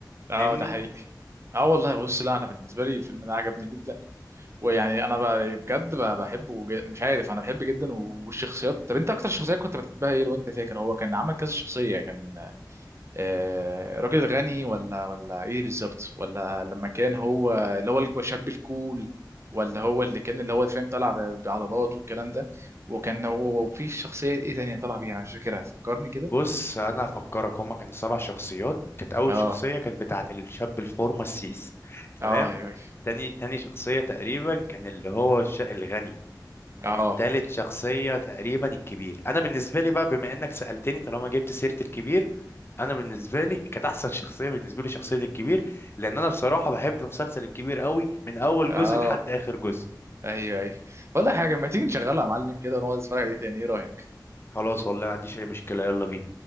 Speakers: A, on the right; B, on the left.
A: اه
B: فاهمني
A: ده حقيقي اه والله بص لا انا بالنسبه لي الفيلم ده عجبني جدا ويعني انا بقى بجد بقى بحبه ج- مش عارف انا بحبه جدا والشخصيات طب انت اكتر شخصيه كنت بتحبها ايه لو انت فاكر هو كان عمل كذا شخصيه كان آه، راجل غني ولا ولا ايه بالظبط ولا لما كان هو اللي هو الشاب الكول ولا هو اللي كان اللي هو فاهم طلع ب- بعضلات والكلام ده وكان هو في شخصية ايه تانية طلع بيها انا مش فاكرها فكرني كده
B: بص انا هفكرك هما كانوا سبع شخصيات كانت اول
A: اه
B: شخصيه كانت بتاعه الشاب الفورمه السيس تمام
A: اه ايوه ايوه
B: تاني تاني شخصية تقريبا كان اللي هو الش- الغني
A: اه
B: يعني التالت شخصية تقريبا الكبير أنا بالنسبة لي بقى بما إنك سألتني طالما جبت سيرة الكبير أنا بالنسبة لي كانت أحسن شخصية بالنسبة لي شخصية الكبير لأن أنا بصراحة بحب مسلسل الكبير قوي من أول
A: اه
B: جزء لحد آخر جزء
A: ايوه ايوه ولا حاجة ما تيجي نشغلها يا معلم كده ونقعد نتفرج عليه تاني ايه رأيك
B: خلاص والله ما عنديش أي مشكلة يلا بينا